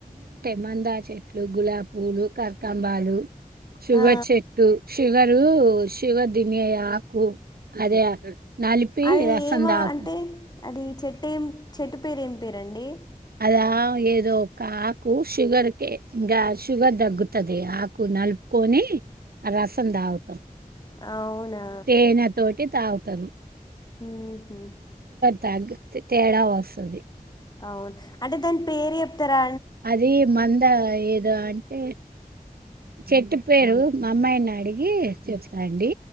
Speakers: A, on the right; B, on the left.
A: మంధర చెట్లు గులాబ పూలు కరతంబాలు షుగర్
B: ఆ
A: చెట్టు షుగర్ శివ దిమీయయ ఆకు అదే నలిపి
B: అది
A: రసం
B: ఏమా
A: దాగు
B: అంటే అది చెట్టు ఏం చెట్టు పేరు ఏం పేరండి
A: అలా ఏదో ఒక ఆకు షుగర్ క ఇంకా షుగర్ తగ్గుతుది ఆకు నలుపుకొని అ రాసందత
B: అవునా
A: టేనా తోటి త తరు
B: హ
A: తగ్ తేడా వస్తుంది
B: అవును అంటే తాన్ పేరు ఎప్తరా
A: అది మంద ఏదో అంటే చెట్టు పేరు మా అమ్మాయిని అడిగి చెప్తాండి